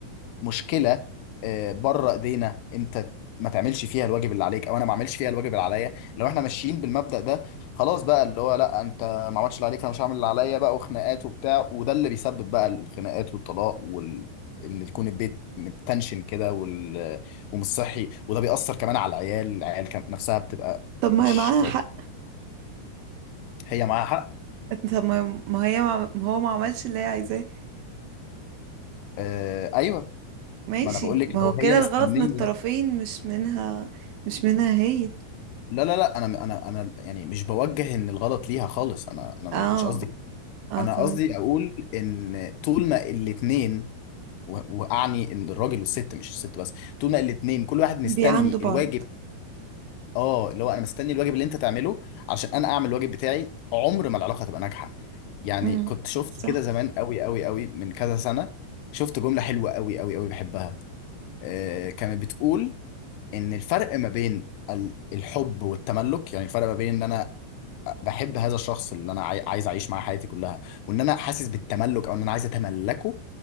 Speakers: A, on the left; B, on the right.
A: مشكله آه، بره ايدينا انت ما تعملش فيها الواجب اللي عليك او انا ما اعملش فيها الواجب اللي عليا لو احنا ماشيين بالمبدأ ده خلاص بقى اللي هو لا انت ما عملتش اللي عليك فانا مش هعمل اللي عليا بقى وخناقات وبتاع وده اللي بيسبب بقى الخناقات والطلاق وال ان يكون البيت متنشن كده وال... ومش صحي وده بيأثر كمان على العيال العيال كم- نفسها بتبقى
B: طب ما
A: مش
B: هي معاها
A: كويس
B: حق
A: هي معاها حق
B: طب ما ما هي ما ما هو ما عملش اللي هي عايزاه
A: آه ايوه
B: ماشي
A: ما انا بقول لك
B: ما
A: لو
B: هو كده
A: هي مستنيه
B: الغلط من الطرفين مش منها مش منها هي
A: لا لا لا انا انا انا يعني مش بوجه ان الغلط ليها خالص انا انا
B: اه
A: مش قصدي كده.
B: اه
A: انا
B: تمام
A: قصدي اقول ان طول ما الاتنين و- واعني ان الراجل والست مش الست بس طول ما الاتنين كل واحد مستني
B: بيعندوا بعض
A: الواجب اه اللي هو انا مستني الواجب اللي انت تعمله عشان انا اعمل الواجب بتاعي عمر ما العلاقه هتبقى ناجحه يعني
B: امم
A: كنت شفت
B: صح
A: كده زمان قوي قوي قوي من كذا سنه شفت جمله حلوه قوي قوي قوي بحبها آه كانت بتقول ان الفرق ما بين ال- الحب والتملك يعني الفرق ما بين ان انا بحب هذا الشخص اللي انا عاي- عايز اعيش معاه حياتي كلها وان انا حاسس بالتملك او ان انا عايز اتملكه